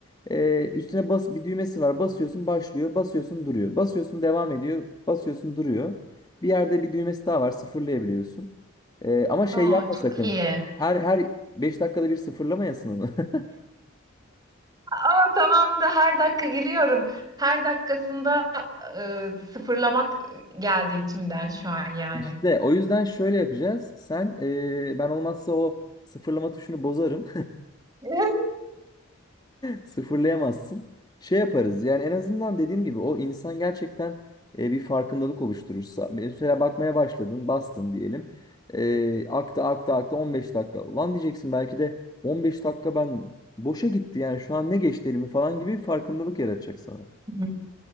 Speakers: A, on the left; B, on the right.
A: E, üstüne bas bir düğmesi var. Basıyorsun başlıyor, basıyorsun duruyor. Basıyorsun devam ediyor, basıyorsun duruyor. Bir yerde bir düğmesi daha var, sıfırlayabiliyorsun. E, ama şey
B: Aa,
A: yapma
B: çok
A: sakın.
B: iyi.
A: Her her 5 dakikada bir sıfırlamayasın onu. <laughs>
B: Aa tamam da her dakika giriyorum. Her dakikasında e, sıfırlamak geldi içimden şu an yani.
A: İşte o yüzden şöyle yapacağız. Sen e, ben olmazsa o sıfırlama tuşunu bozarım.
B: <laughs>
A: Sıfırlayamazsın. Şey yaparız yani en azından dediğim gibi o insan gerçekten e, bir farkındalık oluşturursa. Mesela bakmaya başladın bastın diyelim. E, aktı aktı aktı 15 dakika. Lan diyeceksin belki de 15 dakika ben boşa gitti yani şu an ne geçti elimi falan gibi bir farkındalık yaratacak sana.
B: Hı.